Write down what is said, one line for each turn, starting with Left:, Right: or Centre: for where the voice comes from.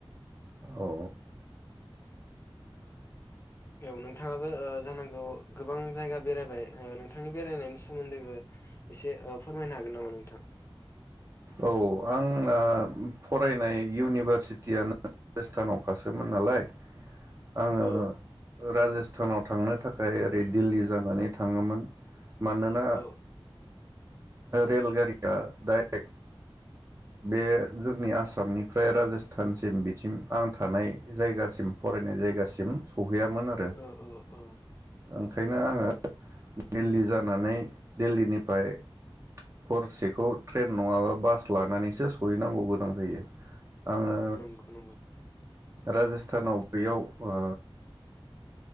Right: औ
Left: औ नोंथाङाबो ओ जानांगौ गोबां जायगा बेरायबाय ओ नोंथांनि बेरायनायनि सोमोन्दैबो एसे फोरमायनो हागोन नामा नोंथां?
Right: औ आंना फरायनाय इउनिभारसिटियानो राजस्थानाव खासोमोन नालाय आङो
Left: औ औ
Right: राजस्ता नाव थांनो थाखाय ओरै दिल्ली जानानै थाङोमोन मानोना
Left: औ
Right: रेलगारिया डाइरेक्ट बे जोंनि आसामनिफ्राय राजस्थानसिम बिथिं आं थानाय जायगासिम फरायनाय जायगासिम सहैया मोन आरो
Left: औ औ औ
Right: ओंखायनो आङो दिल्ली जानानै दिल्लीनिफ्राय हरसेखौ ट्रेन नङाबा बास लानानै सो सहैनांगौ गोनां जायो। आङो
Left: नंगौ नंगौ।
Right: राजस्थानाव बेयाव ओ